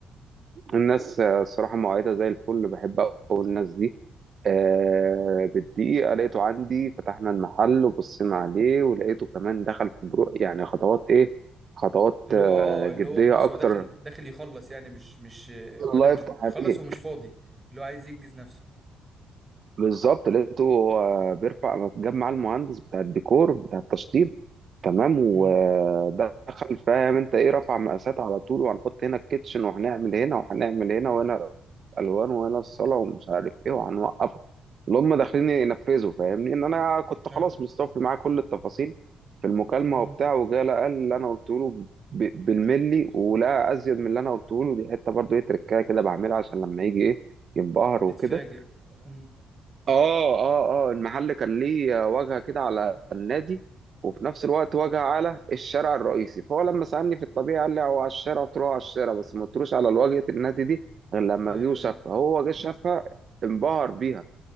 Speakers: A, on the right; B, on the right.
A: الناس آه، الصراحة مؤيدة زي الفل بحب أوي الناس دي آه بالدقيقة لقيته عندي فتحنا المحل وبصينا عليه ولقيته كمان دخل في برو يعني خطوات إيه خطوات
B: اللي
A: آه
B: هو اه اللي
A: جدية
B: هو خلاص
A: أكتر
B: هو داخل داخل يخلص يعني مش مش هو داخل
A: لايف عليه
B: يخلص ومش فاضي اللي هو عايز ينجز نفسه
A: بالظبط لقيته هو بيرفع جاب معاه المهندس بتاع الديكور بتاع التشطيب تمام ودخل
B: امم
A: فاهم انت ايه رفع مقاسات على طول وهنحط هنا الكيتشن وهنعمل هنا وهنعمل هنا وهنا الالوان وهنا الصاله ومش عارف ايه وهنوقفه اللي هم داخلين ينفذوا فاهمني ان انا كنت
B: حلو
A: خلاص مستوفي معاه كل التفاصيل في المكالمه
B: امم
A: وبتاع وجا لقى اللي انا قلت له ب- بالملي ولا ازيد من اللي انا قلته له دي حته برضه ايه تركايه كده بعملها عشان لما يجي ايه ينبهر
B: تتفاجئ
A: وكده
B: امم
A: اه اه اه المحل كان ليه واجهه كده على النادي وفي نفس الوقت واجهه على الشارع الرئيسي فهو لما سالني في الطبيعي قال لي هو على الشارع قلت له هو على الشارع بس ما قلتلوش على واجهه النادي دي غير لما
B: ايوه
A: جه وشافها
B: ايوه
A: هو جه شافها انبهر بيها